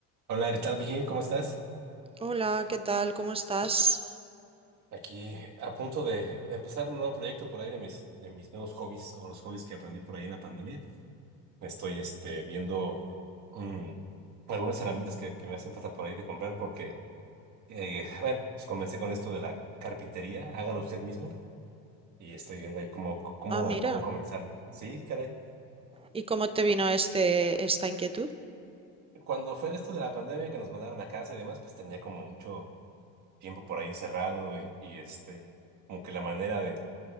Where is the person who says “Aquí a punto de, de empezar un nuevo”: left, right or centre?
Right